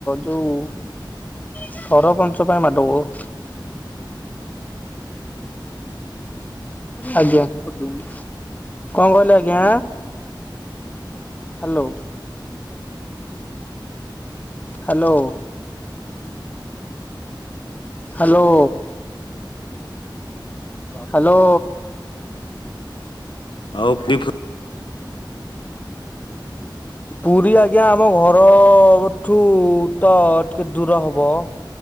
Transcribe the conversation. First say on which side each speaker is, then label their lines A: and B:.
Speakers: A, on the left; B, on the left.
A: ଯୋଉ ସରପଞ୍ଚ ପାଇଁ ମାଡ଼ଗୋଳ ଆଜ୍ଞା କଣ କହିଲି ଆଜ୍ଞା? ହାଲୋ। ହାଲୋ। ହ୍ୟାଲୋ। ହ୍ୟାଲୋ।
B: ଆଉ, ପି ପୁତ୍
A: ପୁରୀ ଆଜ୍ଞା ଆମ ଘର ଠୁ ତ ଟିକେ ଦୂର ହବ।